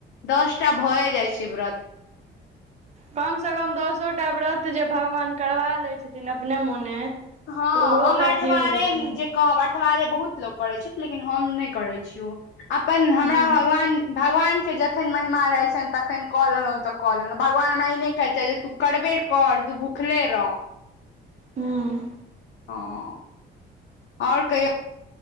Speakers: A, on the left (about 65°); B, on the right (about 35°).
A: दस टा भए जाए छै। व्रत
B: कम सँ कम दसो टा व्रत जे भगवान करबा लैए छथिन अपने मोने
A: हँ
B: तऽ ओहो
A: हम
B: तऽ
A: अठवारे
B: अथिये होइ छै
A: जे कहब अठवारे बहुत लोक करै छथि लेकिन हम नहि करै छी ओ अपन हमरा
B: हूँ
A: भगवान भगवानके जखन महिमा रहै छनि तखन कऽ लेलौ तऽ कऽ लेलौ भगवान हमरा ई नहि कहै छैथ जे तू करबे कर तू भूखले रह
B: हूँ
A: हँ ओर कहियो